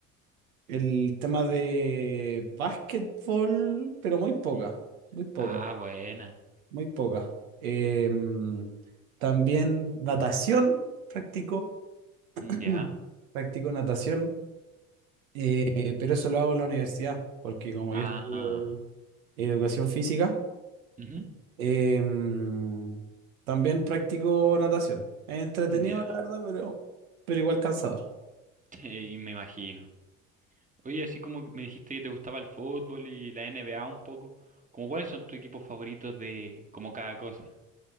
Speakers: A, on the right; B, on the right.
A: El tema de básquetbol, pero muy poca,
B: Mm,
A: muy poca,
B: Ah, buena.
A: muy poca. Em, también natación practico, <clears throat>
B: Mm, Ya.
A: practico natación, eh, pero eso lo hago en la universidad, porque como
B: Ah,
A: yo estudio educación física,
B: ujú,
A: Em, también practico natación. Es entretenido,
B: Ya.
A: la verdad, pero, pero igual cansador.
B: <laughs> Y me imagino. Oye, así como que me dijiste que te gustaba el fútbol y la NBA un poco, ¿como cuáles son tus equipos favoritos de como cada cosa?